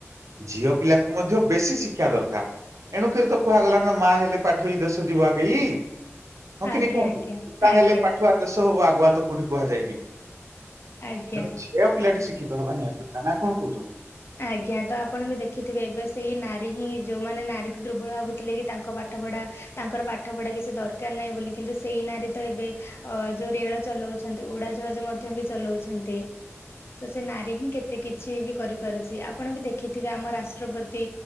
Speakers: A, on the right (about 80°); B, on the left (about 50°).
A: ଝିଅ ପିଲାକୁ ମଧ୍ୟ ବେଶୀ ଶିକ୍ଷା ଦରକାର। ଏଣୁକିରି ତ କୁହାଗଲା ନା ମା ହେଲେ ପାଠେଇ ଦେଶ ଯିବ ଆଗେଇ। ହଁ
B: ଆଜ୍ଞା
A: କି ନି କୁହନ୍ତୁ
B: ଆଜ୍ଞା
A: ପିତା
B: ଆଜ୍ଞା
A: ହେଲେ ପାଠୁଆ ଦେଶ ହବ ଆଗୁଆ ତ କୋଉଠି କୁହାଯାଇନି।
B: ଆଜ୍ଞା
A: ତେଣୁ ଝିଅ ପିଲାଟି ଶିକ୍ଷିତ ହେବା ନି ଦରକାର ନା କଣ କହୁଚନ୍ତି।
B: ଆଜ୍ଞା ତ ଆପଣ ବି ଦେଖିଥିବେ ଏବେ ସେଇ ନାରୀ ହିଁ ଯୋଉମାନେ ନାରୀକୁ ଦୁର୍ବଳ ଭାବୁଥିଲେ କି ତାଙ୍କ ପା ଠ ପଢା ତାଙ୍କର ପାଠ ପଢା କିଛି ଦରକାର ନାହିଁ ବୋଲି କିନ୍ତୁ ସେଇ ନାରୀ ତ ଏବେ ଅ ଯୋଉ ରେଳ ଚଲଉଛନ୍ତି ଉଡା ଜାହାଜ ମଧ୍ୟ ବି ଚଲଉଛନ୍ତି ତ ସେ ନାରୀ ହିଁ କେତେ କିଛି ବି କରି ପାରୁଛି ଆପଣ ବି ଦେଖିଥିବେ ଆମ ରାଷ୍ଟ୍ରପତି